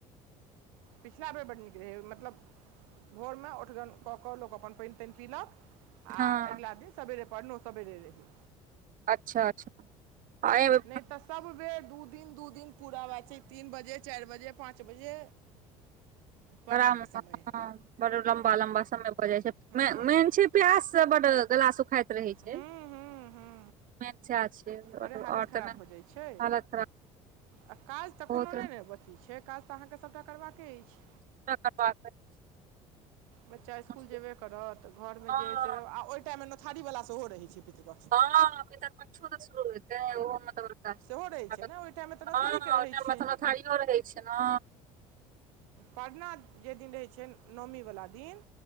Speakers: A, on the right; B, on the right.
A: पिछला बेर बड्ड नीक रहै मतलब भोर मे ओठगन कऽ कऽ लोक अपन पानि तानि पीलक
B: हँ
A: आ अगिला दिन सवेेरे परनो सवेरे रहै।
B: अच्छा अच्छा आ एहिमे
A: नइ तऽ सब बेर दू दिन दू दिन पूरा ब छै तीन बजे चारि बजे पाँच बजे
B: <inaudible>
A: परनाके
B: बड
A: समय
B: लम्बा लम्बा समय भ जाय छै मेन
A: हूँ
B: मेन छै प्यास से बड गलास सुखायत छै
A: हूँ हूँ
B: मे छै आओर
A: अरे हालत खराब
B: त हालत
A: भऽ जाइ छै
B: खराब <unintelligible>
A: आ काज तऽ
B: बहुत
A: कोनो
B: पूरा
A: नइ ने बची छै काज तऽ अहाँकेँ सभटा करबाक अछि
B: <inaudible>
A: बच्चा इस्कुल
B: मुश्किल।
A: जेबे करत घरमे
B: हँ
A: जे से आ ओहि टाईममे नथारीवला सेहो रहै छै पितृपक्षमे
B: हँ पितर पक्षो तऽ शुरू होतै ओहो मतलब हँ
A: सेहो रहै छै ने ओहि टाइममे तऽ नोथारीके
B: ओहि
A: रहै
B: टाइममे
A: छै
B: तऽमाथारिओ रहै छै ने
A: परना जे दिन रहै छै नओमीवला दिन